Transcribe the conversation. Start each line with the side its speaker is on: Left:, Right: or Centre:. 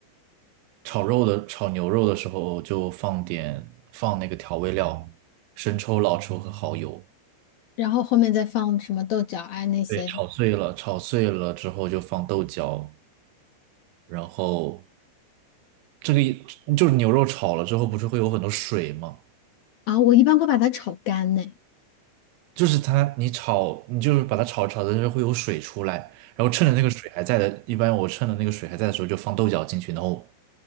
Right: 炒肉的炒牛肉的时候就放点放那个调味料，生抽、老抽和蚝油，
Left: 然后后面再放什么豆角啊那些
Right: 对，炒碎了，炒碎了之后就放豆角，然后这个一就是牛肉炒了之后不是会有很多水吗？
Left: 啊，我一般会把它炒干呢。
Right: 就是它你炒你就是把它炒炒的时候会有水出来，然后趁着那个水还在的，一般我趁着那个水还在的时候就放豆角进去，然后